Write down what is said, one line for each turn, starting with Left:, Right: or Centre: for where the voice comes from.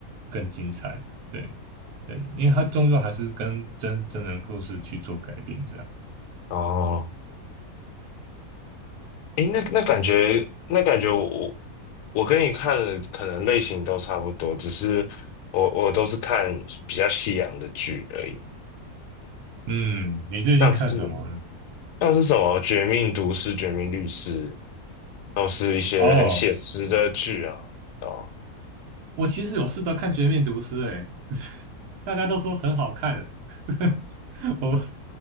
Right: 更精彩。对对，因为它终究还是跟真真人故事去做改编这样。
Left: 哦，诶，那那感觉，那感觉我，我我跟你看的可能类型都差不多，只是我我都是看比较西洋的剧而已，
Right: 嗯，你最近看什么呢？
Left: 像是像是什么《绝命毒师》《绝命律师》，都是一些很写实的剧啊。
Right: 哦。
Left: 哦，
Right: 我其实有试着看《绝命毒师》欸，<laughs> 可是大家都说很好看，可是我